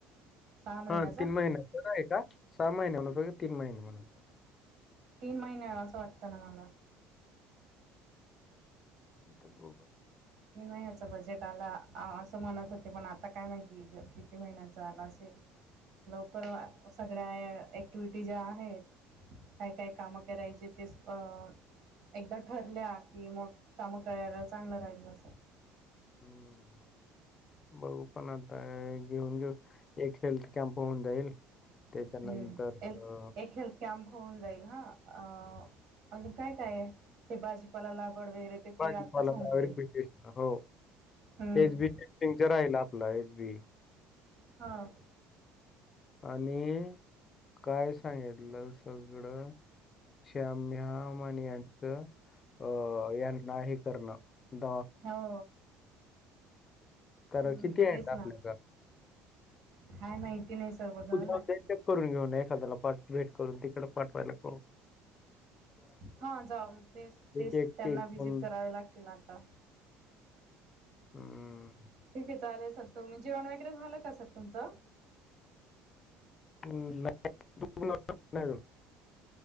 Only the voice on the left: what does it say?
हा तीन महिन्या आहे का? सहा महिन्या म्हत तीन महिने म्हणून
आता बघू
हम्म बघऊ पण आता घेऊन घेऊन एक हेल्थ कॅम्प होऊन जाईल त्याच्यानंतर
अ,
भाजीपाला
ऑरगॅनिक
टेस्ट हो
एच बी टेस्टिंगच राहील आपलं एच बी
आणि काय सांगितितलं सगळं श्याम्या माण यांचं अ यांना हे करणं द
तर
किती आहेत?
आपल्याकडं
उद्या
करून घेऊन एक हजारला पास्ट वेट करून तिकड पाठवाय लागतो
एक एक
एक
दोन
अं,
हं <inaudible> न्हाय गेलो